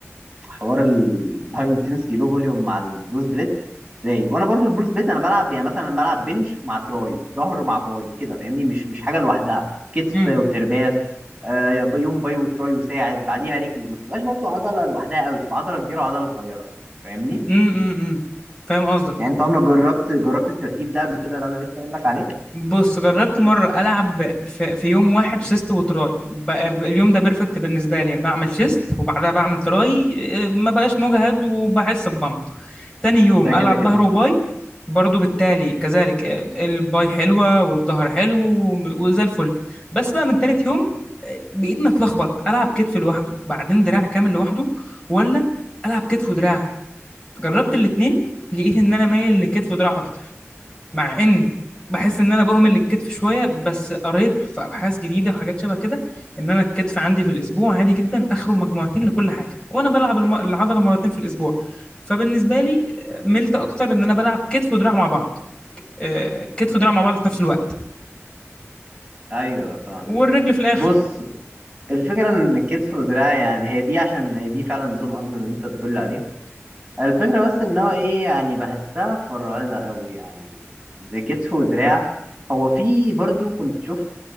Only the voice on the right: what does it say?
حوار الهاي انتنسيتي لو فوليوم مع البروس بليت رايق وانا برضو البروس بليت انا بلعب يعني مثلا بلعب بنش مع تراي ظهر مع باي كده فاهمني مش مش حاجه لوحدها كتف
وترباس آه، يوم باي وتراي وساعد بعديها رجل ما بتبقاش برضو عضله لوحدها قوي بتبقى عضله كبيره وعضله صغيره فاهمني
يعني انت عمرك جربت جربت الترتيب ده قبل كده اللي انا لسه قايل لك عليه
ده
كده كده
ايوه فاهم
بص الفكره ان الكتف والدراع يعني هي دي عشان هي دي فعلا نظام ارنولد اللي انت بتقول لي عليه الفكرة بس ان هو ايه يعني بحسها فرهدة قوي يعني زي كتف ودراع هو في برضو كنت شفت